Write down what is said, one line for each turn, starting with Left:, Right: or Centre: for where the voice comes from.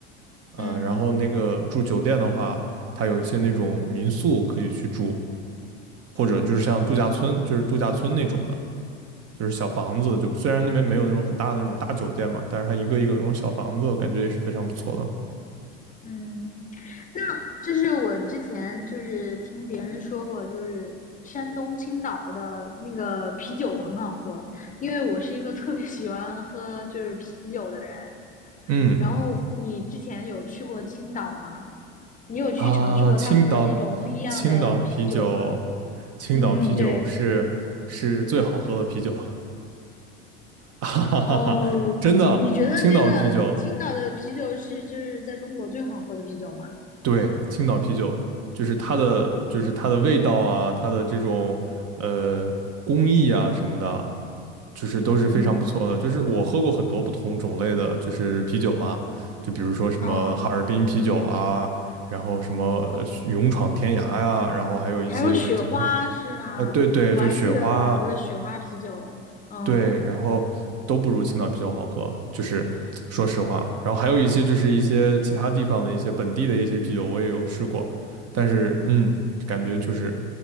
Right: 呃，
Left: 嗯
Right: 然后那个住酒店的话，它有一些那种民宿可以去住，或者就是像度假村，就是度假村那种的，就是小房子，就虽然那边没有那种很大的那种大酒店嘛，但是它一个一个那种小房子，感觉也是非常不错的。
Left: 嗯。那这是我之前就是听别人说过，就是山东青岛的那个啤酒很好喝，因为我是一个特别喜欢喝就是啤酒的人。
Right: 嗯
Left: 然后你之前有去过青岛吗？你有去尝试过他们的那种不一样的啤酒吗？
Right: 啊，青岛，青岛啤酒，青岛啤酒是是最好喝的啤酒，
Left: 嗯，对。
Right: <laughs> 哈哈哈哈，
Left: 哦，
Right: 真的，
Left: 你觉得这个青岛的啤酒是就是在中国最好喝的啤酒吗？
Right: 青岛啤酒对，青岛啤酒就是它的，就是它的味道啊，它的这种呃工艺啊什么的，就是都是非常不错的。
Left: 嗯，
Right: 就是我喝过很多不同种类的，就是啤酒嘛，就比如说什么哈尔滨啤酒啊，
Left: 哦，
Right: 然后什么呃勇闯天涯呀、然后还有一些就是其他，
Left: 还有雪花是吗？
Right: 呃，对对，
Left: 我还记得有个雪花啤酒，
Right: 就雪花，
Left: 嗯，
Right: 对，然后都不如青岛啤酒好喝，就是说实话。然后还有一些就是一些其他地方的一些本地的一些啤酒，我也有试过，但是嗯，感觉就是